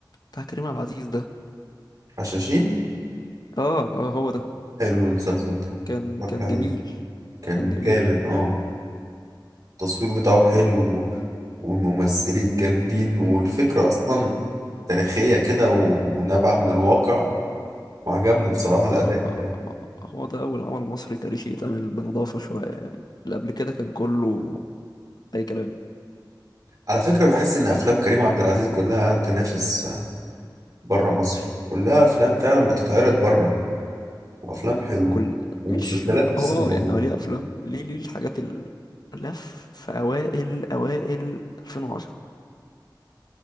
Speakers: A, on the left; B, on the right.
A: بتاع كريم عبد العزيز ده
B: حشاشين
A: اه اه هو ده
B: حلو المسلسل ده
A: كان
B: اتفرجت
A: كان
B: عليه
A: جميل
B: كان
A: كان جميل
B: جامد اه التصوير بتاعه حلو والممثلين جامدين والفكرة
A: كان
B: اصلا تاريخية كده ونابعة من الواقع وعجبني بصراحة الأداء
A: هو
B: بتاعه
A: هو ده أول عمل مصري تاريخي يتعمل بنظافة شوية يعني اللي قبل كده كان كله أي كلام
B: على فكرة بحس إن أفلام كريم عبد العزيز كلها تنافس بره مصر كلها أفلام فعلا بتتعرض بره وأفلام حلوة
A: كل
B: ومسلسلات
A: مش م-
B: نفس
A: هو
B: الموضوع
A: آه يعني هو ليه أفلام ليه ليه الحاجات ال- لف في في أوائل أوائل 2010